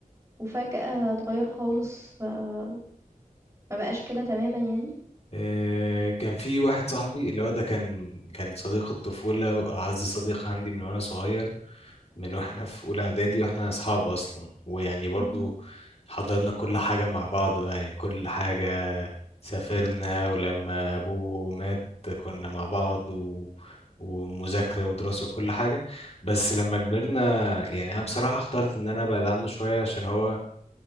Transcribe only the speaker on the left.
آه، كان في واحد صاحبي اللي هو ده كان كان صديق الطفولة وأعز صديق عندي من وأنا صغير من وإحنا في أولى إعدادي وإحنا أصحاب أصلا ويعني برضو
حضرنا كل حاجة مع بعض بقى يعني كل حاجة سافرنا ولما أبوه مات كنا مع بعض و... ومذاكرة ودراسة وكل حاجة بس لما كبرنا يعني أنا بصراحة اخترت إن أنا أبعد عنه شوية عشان هو